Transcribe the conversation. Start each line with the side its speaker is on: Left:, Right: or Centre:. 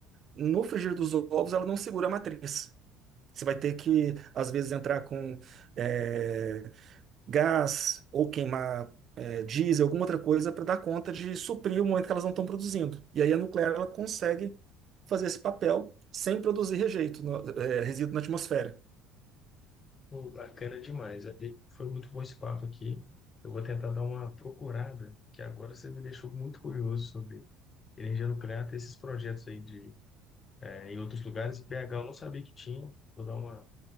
Right: no frigir dos ovos, ela não segura a matriz. Você vai ter que, às vezes, entrar com eh, gás ou queimar eh, diesel, alguma outra coisa, para dar conta de suprir o momento que elas não estão produzindo. E aí a nuclear ela consegue fazer esse papel sem produzir rejeito, no- eh, resíduo na atmosfera.
Left: Pô, bacana demais. É, E Foi muito bom esse papo aqui. Eu vou tentar dar uma procurada, que agora você me deixou muito curioso sobre energia nuclear, ter esses projetos aí de, eh, em outros lugares. Em BH eu não sabia que tinha. Vou dar uma,